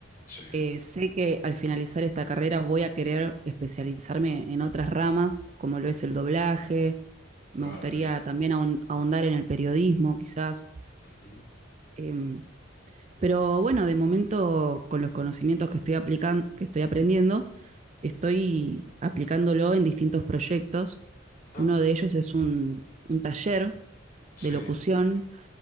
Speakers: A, on the left; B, on the right.
A: sí,
B: Eh, sé que al finalizar esta carrera voy a querer especializarme en otras ramas, como lo es el doblaje. Me
A: claro,
B: gustaría
A: qué lindo.
B: también ahon- ahondar en el periodismo, quizás.
A: Ujú.
B: Em, Pero bueno, de momento, con los conocimientos que estoy aplicando, que estoy aprendiendo, estoy aplicándolo en distintos proyectos.
A: Ah,
B: Uno de ellos es un, un taller
A: sí,
B: de locución,